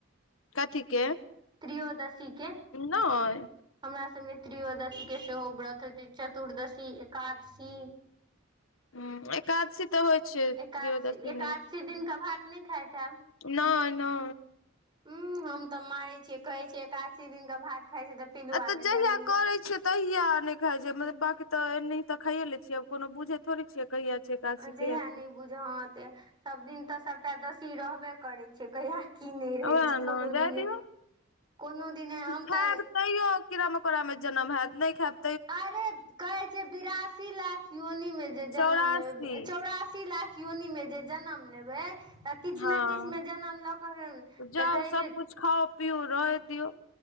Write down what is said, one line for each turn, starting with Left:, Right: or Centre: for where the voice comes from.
Left: कथी के।
Right: त्रियोदशी के।
Left: नहि
Right: हमरा सब मे त्रियोदशी के सेहो व्रत हेतै, चतुर्दशी, एकादशी।
Left: हुं एकादशी ते होय छै।
Right: एकादशी,
Left: त्रयोदशी
Right: एकादशी दिन के भात नै खाएत हैब।
Left: नै-नै।
Right: हुं हम तऽ मारे छियै, कहै छै एकादशी दिन के भात खाय छै तऽ पिलुआ
Left: ए तऽ
Right: मे
Left: जहिया
Right: जनम
Left: करै छिये तहिया नै खाय छै मतलब बाकी तऽ एनहि तऽ खाये लै छिये कोनो बुझे थोड़े छिये कहिया छै एकादशी
Right: आ जहिया
Left: कहिया छै
Right: नै बुझा हां तहिया सब दिन तऽ सबटा दसी रहबे करै छै कहिया की नै रहै
Left: ओएह
Right: छै,
Left: ने
Right: कोनो
Left: जाय
Right: दिने
Left: दियौ
Right: कोनो दिने हम
Left: खायब
Right: तऽ
Left: तैयो कीड़ा-मकोड़ा मे जन्म हैत नै खाएब
Right: अरे कहै छै बिरासी लाख योनी मे जे जन्म
Left: चौरासी
Right: लेब ए चौरा सी लाख योनि मे जे जन्म लेबै त किछ
Left: हँ
Right: ने किछ मे जनम लऽ कऽ ह
Left: जाउ
Right: तऽ कहै
Left: सबकुछ
Right: छै
Left: खाउ, पीऊ रहैत दियौ।